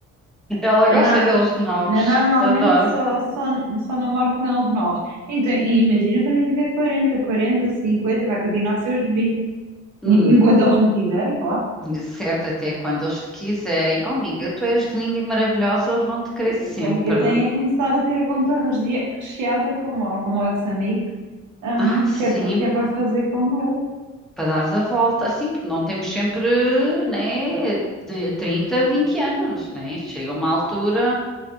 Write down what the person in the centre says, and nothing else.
Ela
gosta
deles novos,
adoro.
Hum.
Certo, até quando eles te quiserem. Oh, amiga, tu és linda e maravilhosa, eles vão te querer
sempre.
Ah, sim,
para dares a volta. Assim, porque não temos sempre, né, t- 30, 20 anos, né? Chega uma altura